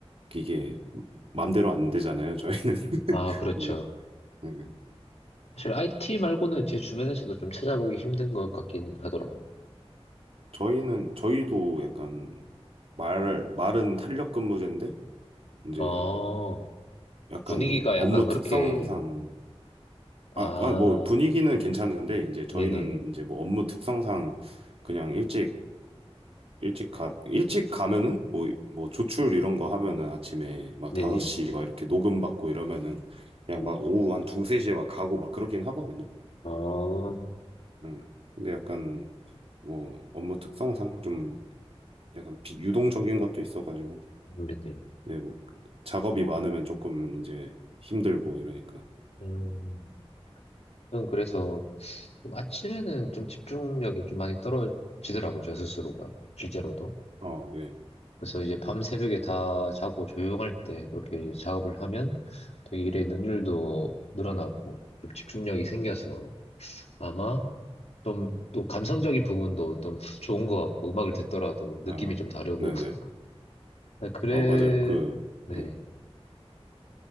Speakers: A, on the right; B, on the left.
A: 이게 맘대로 안 되잖아요, 저희는. <laughs>
B: 아, 그렇죠.
A: 이게. 네. 네.
B: 사실 IT 말고는 제 주변에서도 좀 찾아보기 힘든 것 같긴 하더라고요.
A: 저희는, 저희도 약간 말, 말은 탄력 근무제인데, 이제
B: 아,
A: 약간
B: 분위기가
A: 업무
B: 약간 그렇게,
A: 특성상,
B: 아,
A: 아, 아, 뭐 분위기는 괜찮은데, 이제 저희는
B: 네네,
A: 이제 뭐 업무 특성상 그냥 일찍 일찍 가, 일찍 가면은 뭐, 뭐 조출 이런 거 하면은 아침에 막
B: 네네.
A: 5시 막 이렇게 녹음 받고 이러면은 그냥
B: 음,
A: 막 오후 한 2, 3시에 막 가고 막 그러긴 하거든요.
B: 아,
A: 음. 근데 약간 뭐 업무 특성상 좀 약간 비유동적인 것도 있어가지고
B: 네네.
A: 네, 뭐 작업이 많으면 조금 이제 힘들고 이러니까.
B: 음, 그냥 그래서, 좀 아침에는 좀 집중력이 좀 많이 떨어지더라고요, 저 스스로가. 실제로도.
A: 아, 네.
B: 그래서 이제 밤 새벽에 다 자고 조용할 때 그렇게 이제 작업을 하면 되게 일의 능률도 늘어나고 좀 집중력이 생겨서 아마 좀 또 감성적인 부분도 좀 <laughs> 좋은 것 같고 음악을 듣더라도 느낌이
A: 아,
B: 좀 다르고.
A: 네네.
B: <laughs> 네, 그래,
A: 어, 맞아요. 그,
B: 네네.
A: 음.